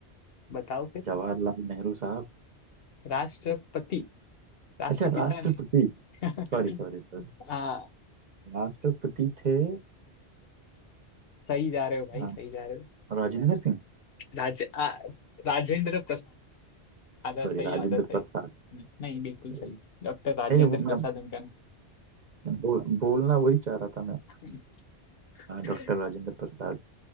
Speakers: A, on the left; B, on the right.
A: बताओ फिर
B: जवाहरलाल नेहरू साहब
A: राष्ट्रपति राष्ट्रपिता
B: अच्छा राष्ट्रपति
A: ने <laughs>
B: Sorry sorry sorry
A: आ,
B: राष्ट्रपति थे
A: सही जा रहे हो भाई
B: डॉक्टर
A: सही जा रहे हो
B: राजेंद्र सिंह
A: राज आ, राजेंद्र आधा
B: सॉरी
A: सही
B: राजेंद्र
A: आधा सही
B: प्रसाद
A: हम्म, नहीं बिल्कुल
B: सही
A: सही डॉक्टर
B: नहीं
A: राजेंद्र
B: नहीं वो मैं
A: प्रसाद उनका
B: बोल, बोलना वही चाह रहा था मैं
A: नाम <laughs>
B: डॉक्टर राजेंद्र प्रसाद